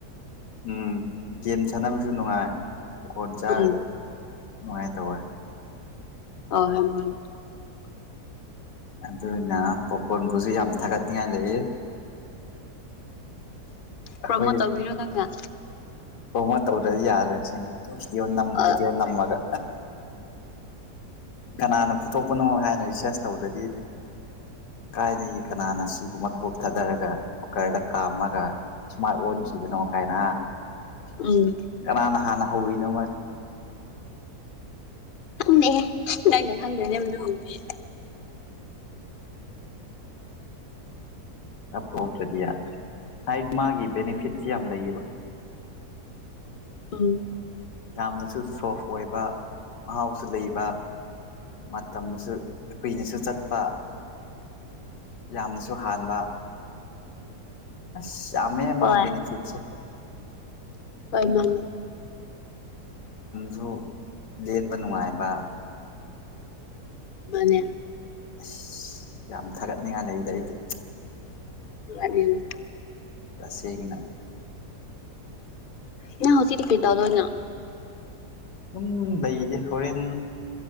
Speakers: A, on the left; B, on the left.
A: ꯎꯝ ꯒꯦꯝ ꯁꯥꯟꯅꯕꯁꯨ ꯅꯨꯡꯉꯥꯏ ꯍꯀꯣꯟ ꯆꯥꯔꯗꯤ
B: ꯎꯝ
A: ꯅꯨꯡꯥꯏ ꯇꯧꯋ‌ꯦ
B: <unintelligible>
A: ꯑꯗꯨꯅꯥ ꯄꯣꯀꯣꯟꯣꯟꯕꯨꯁꯨ ꯌꯥꯝ ꯊꯥꯒꯠꯅꯤꯡꯉꯥꯏ ꯂꯩꯌ‌ꯦ ꯑꯈꯣꯏ
B: ꯄ꯭ꯔꯣꯃꯣꯠ ꯇꯧꯕꯤꯔꯣ ꯅꯪꯅ
A: ꯎꯝ <unintelligible> ꯇꯧꯗ꯭ꯔ ꯌꯥꯗ꯭ꯔꯁꯤꯡ ꯚꯗꯤꯑꯣ
B: ꯍꯣꯏ
A: ꯚꯤꯗꯤꯑꯣ ꯅꯝꯃꯒꯥ
B: ꯃꯥꯅꯦ
A: ꯀꯅꯥꯅꯣ ꯄꯨꯊꯣꯛꯄꯅꯣ ꯍꯥꯏꯅ ꯔꯤꯁꯥꯔꯁ ꯇꯧꯕꯗꯗꯤ ꯀꯥꯏꯅ ꯀꯅꯥꯅ ꯁꯤꯒꯨꯝꯕ ꯀꯣꯞꯊꯗꯔꯒꯥ ꯀꯨꯀꯔꯗꯥ ꯀꯥꯝꯃꯒ ꯁꯨꯃꯥꯏ ꯑꯣꯟꯈꯤꯕꯅꯣ ꯀꯥꯏꯅ
B: ꯎꯝ
A: ꯀꯅꯥꯅ ꯍꯥꯟꯅ ꯍꯧꯋꯤꯅꯣ
B: ꯅꯦ ꯅꯪꯅꯥ ꯈꯪꯗꯅꯦꯗꯗꯤ
A: ꯑꯐꯥꯎꯇꯗꯤ ꯌꯥꯗ꯭ꯔꯦ ꯍꯥꯏꯗꯤ ꯃꯥꯒꯤ ꯕꯦꯅꯤꯐꯤꯠꯁꯤ ꯌꯥꯝ ꯂꯩꯌꯦꯕꯥ <inaudible>
B: ꯑꯥ
A: ꯌꯥꯝꯅꯁꯨ ꯁꯣꯐ ꯑꯣꯏꯕ ꯃꯍꯥꯎꯁꯨ ꯂꯩꯕ ꯃꯇꯝꯁꯨ ꯀꯨꯏꯅꯁꯨ ꯆꯠꯄꯥ ꯌꯥꯝꯅꯁꯨ ꯍꯥꯟꯕꯥ ꯑꯥ ꯌꯥꯃꯦ ꯃꯥꯏꯕꯦꯅꯤꯐꯤꯠꯁꯦ
B: ꯍꯣꯏ ꯑꯣꯏ ꯃꯥꯥꯟꯅꯦ
A: ꯁꯨ ꯂꯦꯟꯕ ꯅꯨꯡꯉꯥꯏꯕ
B: ꯃꯥꯅꯦ
A: ꯑꯁ ꯌꯥꯝ ꯊꯥꯒꯠꯅꯤꯡꯉꯥꯏ ꯂꯩꯕꯗ ꯑꯩꯗꯤ
B: ꯐꯅꯤꯅꯦ
A: ꯇꯁꯦꯡꯅ
B: ꯅ ꯍꯇꯤꯔ ꯀꯦ ꯇꯗꯣꯅ
A: ꯎꯝ ꯂꯩꯗꯦ ꯍꯣꯔꯦꯟ